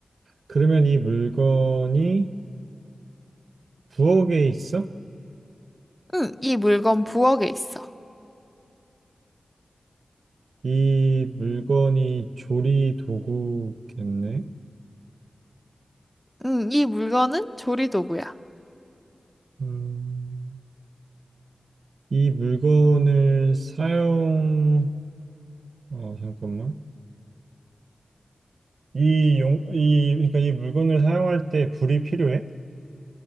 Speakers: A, on the right; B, in the centre.
A: 그러면 이 물건이 부엌에 있어?
B: 응, 이 물건 부엌에 있어.
A: 이 물건이 조리 도구겠네?
B: 응, 이 물건은 조리도구야.
A: 음, 이 물건을 사용, 어, 잠깐만. 이 용, 이, 그러니까 이 물건을 사용할 때 불이 필요해?